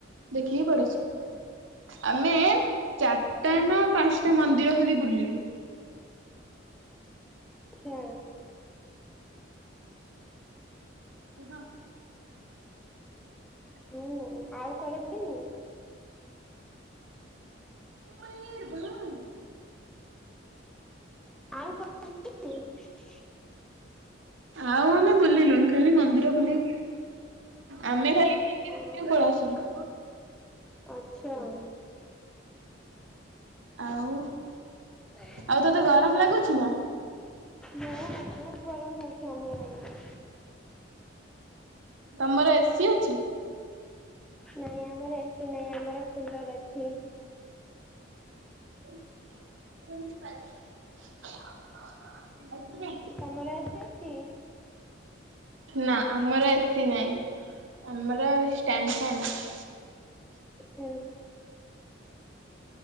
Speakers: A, on the right; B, in the centre.
A: ଦେଖିକି ପଳେଇଆସିଲୁ, ଆମେ ଚାରିଟା
B: ଆଚ୍ଛା
A: ନା ପାଞ୍ଚଟା ମନ୍ଦିର ଖାଲି ବୁଲିଲୁ।
B: ହୁଁ।
A: କୁହ।
B: ହୁଁ ଆଉ କୁଆଡେ ବୁଲିନୁ?
A: ମୟୂରଭଞ୍ଜ। <unintelligible>
B: ଆଉ <unintelligible>
A: ଆଉ ଆମେ ବୁଲିଲୁନି, ଖାଲି ମନ୍ଦିର ବୁଲ ଆମେ ଖାଲି ମନ୍ଦିର
B: ଓ
A: ବୁଲିକି ପଳିଆସିଲୁ।
B: ଆଛା।
A: ଆଉ।
B: <unintelligible>
A: ଆଉ, ତତେ ଗରମ ଲାଗୁଛିି ନା?
B: ମୁଁ, ବହୁତ ଗରମ ହଉଛି ଆମ ଆଡେ।
A: ତମର ଏସି ଅଛି?
B: ନାଇଁ ଆମର ନାଇଁ ଆମର କୁଲର ଅଛି।
A: <unintelligible>
B: ତମର ଏସି ଅଛି?
A: ନା ଆମର ଏସି ନାଇଁ, ଆମର ଷ୍ଟାଣ୍ଡ ଫ୍ୟାନ ଅଛି।
B: ହୁଁ।